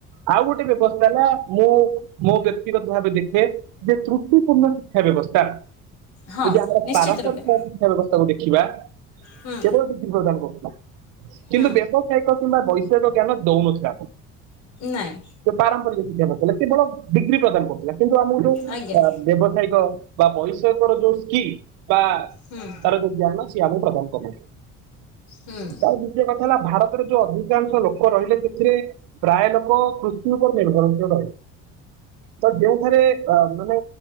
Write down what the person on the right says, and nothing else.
ଆଉ ଗୋଟେ ବ୍ୟବସ୍ଥା ହେଲା ମୁଁ ମୋ ବ୍ୟକ୍ତିଗତ ଭାବେ ଦେଖେ ଯେ ତ୍ରୁ ପୂର୍ଣ୍ଣ ଶିକ୍ଷା ବ୍ୟବସ୍ଥା
ଯଦି ଆମର
ପାରମ୍ପରିକ
ଶିକ୍ଷା ବ୍ୟବସ୍ଥାକୁ ଦେଖ୍ ଦେଖିବା
କେବଳ <unintelligible> ପ୍ରଦାନ କରୁଥିଲା। କିନ୍ତୁ
ବ୍ୟବସାୟିକ କିମ୍ବା ବୈ‌ ଷୟିକ ଜ୍ଞାନ ଦଉନଥିଲା।
ସେ ପାରମ୍ପରିକ ଶିକ୍ଷା କଥା ହେଲା କେବଳ ଡିଗ୍ରୀ ପ୍ରଦାନ କରୁ ଥିଲା କିନ୍ତୁ ଆମକୁ ଯୋଉ ଆ
ବ୍ୟବସାୟିକ ବା ବୈଷୟିକର ଯୋଉ ସ୍କି ବା
ତାର ଯୋଉ ଜ୍ଞାନ ସେ ଆମକୁ ପ୍ରଦାନ କରୁଛି।
ତ ବୁଝେଇ ହେଲା ଭାରତରେ ଯୋଉ ଅଧିକାଂଶ ଲୋକ ରହିଲେ ସେଥିରେ ପ୍ରାୟ ଲୋକ କୃଷି ଉପରେ ନିର୍ଭରଶୀଳ ରହିଲେ। ତ ଯେଉଁଠାରେ ଅ ମାନେ